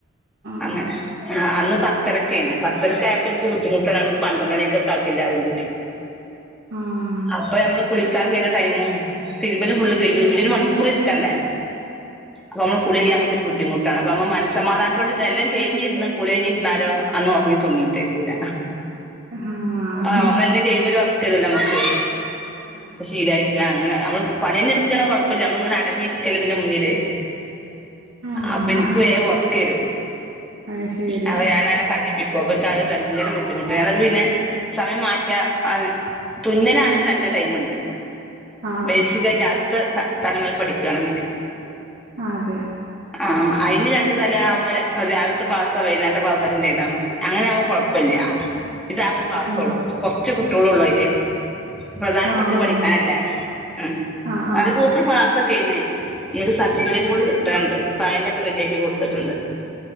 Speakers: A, on the right; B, in the centre.
A: ആഹ്
B: അങ്ങനെ അ അന്ന് പത്ത്- പത്തരക്കെയ്ന് പത്തരക്ക് ആയപ്പോ ഇൻക്ക് ബുദ്ധിമുട്ടാണ് പന്ത്രണ്ട് മണിക്കക്കാക്കി എല്ലാരും കൂടി
A: ആഹ്
B: അപ്പൊ നമ്മള് കുളിക്കാൻ കയറിയ ടൈമും തിരുമ്പലും ഫുള്ള് കഴിയും പിന്നെ ഒരു മണിക്കൂർ ഇ ക്കണ്ടേ അപ്പോ നമ്മള് കുളികയിയാ നമുക്കൊരു ബുദ്ധിമുട്ട്- അപ്പോ നമ മനസ്സമാധത്തോട് എല്ലാം കഴിഞ്ഞിരിന്ന് കുളിഞ്ഞിരുന്നാലോ അന്ന് ഉറങ്ങി തൂങ്ങിയിട്ടിരിക്കൂല
A: ആഹ്
B: നമ്മളെല്ലാം എല്ലാം കഴിയുമ്പോ ഒര ട്ടിരില്ല നമുക്ക്
A: ആഹ്
B: ശീലായിട്ട് അങ്ങനെ നമ്മള് പണി കഴിഞ്ഞ് ഇടുക്കാണെങ്കിൽ കൊഴപ്പം ഇല്ല നമ്മള് ഇങ്ങനെ- അലിഞ്ഞിരിക്കല് ഇതിന്റെ മുന്നില്
A: ആഹ്
B: അപ്പോ ഇൻക്ക് വേഗം ഉറക്ക് വരും
A: അത് ശരി
B: അപ്പോ ഞാന് അങ്ങനെ കണ്ണിമ്പി- ഇപ്പോ <unintelligible> ക്കെ ഭയങ്കര ബുദ്ധിമുട്ട് അങ്ങട്ട് പിന്നെ സമയം മാറ്റാ- തുന്നലാണെങ്കിൽ രണ്ട് ടൈമുണ്ട്
A: ആഹ്
B: ബേസിക്കായിട്ട് ആദ്യത്തെ തലമേൽ പഠിക്കാണങ്ങനെ
A: അതെയോ
B: ആഹ് അയിന് രൺ - രാവിലത്തെ ക്ലാസോ <unintelligible> വൈന്നാരത്തെ ക്ലാസോ അറ്റന്റ് ചെയ്താൽ മതി അങ്ങനെ ആവുമ്പോ കൊഴപ്പല്ല ഇത് ആ ഒരു ക്ലാസൊള്ളൂ
A: ഓഹ്
B: കൊറച്ച് കുട്ടിയോളോള്ളൂ അയില് പ്രധാനപ്പെട്ടത്
A: ഓഹ്
B: പഠിക്കാനല്ലേ ഉം
A: ആഹ് ആഹ്
B: അത് സൂപ്പർ ക്ലാസ്സ്‌ <unintelligible> ക്കയ്ന് ഒര് സർട്ടിഫിക്കറ്റ് കൂടി കിട്ടാണ്ട് ഫയലൊക്കെ റെഡി ആക്കി കൊടുത്ത്ട്ടുണ്ട്